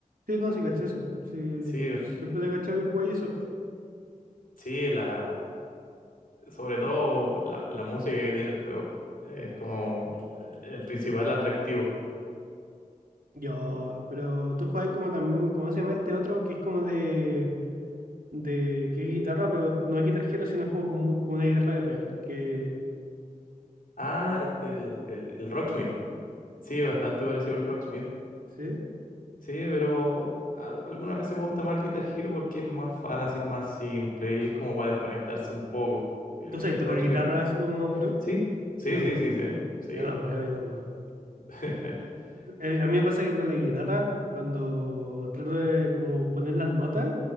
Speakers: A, on the right; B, on the left.
A: Sí, no, sí caché eso. Sí,
B: Sí, porque
A: siempre te
B: el-
A: he cachado que jugáis eso.
B: sí, la, sobre todo la, la música que tiene el juego es como eh, el principal atractivo.
A: Yo,
B: Y-
A: pero tú jugáis como también, ¿cómo se llama este otro? Que es como de, de, que es guitarra, pero no es Guitar Hero, sino es como con, mu- con una guitarra de real. Que,
B: ah, este, el, el, el Rocksmith. Sí, bastante parecido al Rocksmith.
A: ¿sí?
B: Sí, pero a- algunas veces me gusta más el Guitar Hero porque es más fácil, más simple y es como para desconectarse un poco. El,
A: ¿Tú sabes
B: el
A: tocar
B: Rocksmith.
A: guitarra así como pro?
B: Sí, sí,
A: Yo no
B: sí,
A: puedo.
B: sí, sí. Sí,
A: Yo no puedo, yo no puedo.
B: <laughs>
A: Eh, a mí me pasa que con la guitarra, cuando trato de como poner las notas,